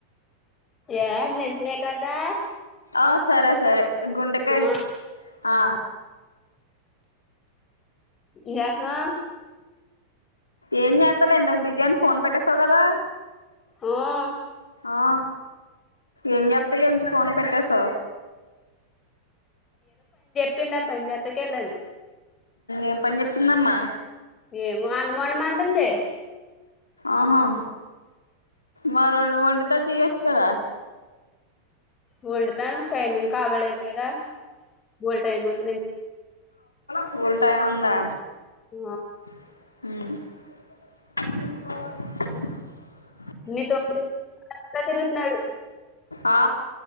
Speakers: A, on the left; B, on the left.
A: ఏ నిజమే కదా
B: ఆ సరే సరే గుండెకాయ
A: ఆ
B: ఆ
A: ఎమ్ చస్తన్నావ్
B: ఏం చేస్తలో ఎందాకు బిజీ అని ఫోన్ పెట్టేస్తావు కదా
A: ఉమ్మ్
B: ఆ ఏం చెప్తది ఏంటి ఫోన్ పెట్టసా
A: పిండా పనిచెడానికేలను
B: ఏం పని చెప్తుందమ్మా
A: ఏమో అనుమానమ అంటుంది
B: ఆహా మర వండితజ కద
A: వండుతాను టైమిం కావలేదు కదా బల్ టైం ఉంది
B: ఫూల్ టైం ఉందా
A: ఆ
B: అ
A: నీ తొందర తిరుగుతున్నాడు
B: ఆ